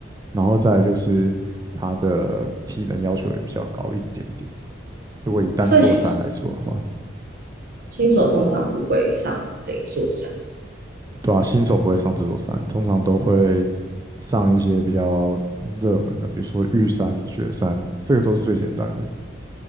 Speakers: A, on the right (about 20°); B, on the right (about 50°).
A: 然后再来就是它的体能要求也比较高一点点。如果以单座山来说的话，
B: 所以新新手通常不会上这一座山。
A: 对啊，新手不会上这座山，通常都会上一些比较热门的，比如说玉山、雪山，这个都是最简单的。